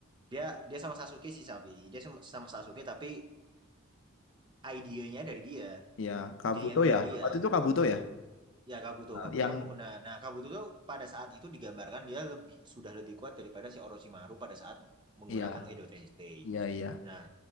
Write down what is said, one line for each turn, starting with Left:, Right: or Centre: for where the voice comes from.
Right: dia dia sama Sasuke sih Sabi. Dia sama sama Sasuke tapi idenya dari dia.
Left: iya Kabuto
Right: Idenya itu dari
Left: ya.
Right: dia.
Left: Waktu itu Kabuto ya.
Right: Ya Kabuto, Kabuto
Left: Yang
Right: kan pengguna. Nah, Kabuto tuh pada saat itu digambarkan dia lebih sudah lebih kuat daripada si Orochimaru pada saat menggunakan
Left: iya
Right: Edo Tensei.
Left: iya iya.
Right: Nah,